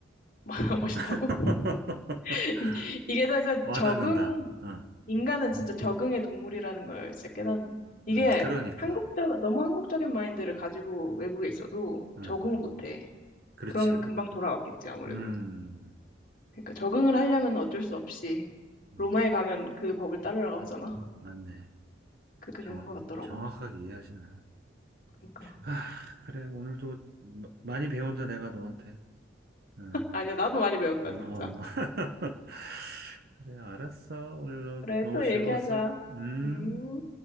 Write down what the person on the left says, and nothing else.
<laughs> 멋있다고?
<laughs> 이- 이게 다 이제
적응
인간은 진짜 적응의 동물이라는 걸 진짜 깨닫는. 이게
한국적, 너무 한국적인 마인드를 가지고 외국에 있어도
적응을 못해.
그러면 금방 돌아왔겠지, 아무래도.
그러니까 적응을 하려면 어쩔 수 없이
로마에 가면 그 법을 따르라고 하잖아.
그렇게
되는 것 같더라고.
그러니까.
아니야, 나도 많이 배운다,
진짜.
그래,
또
얘기하자.
음.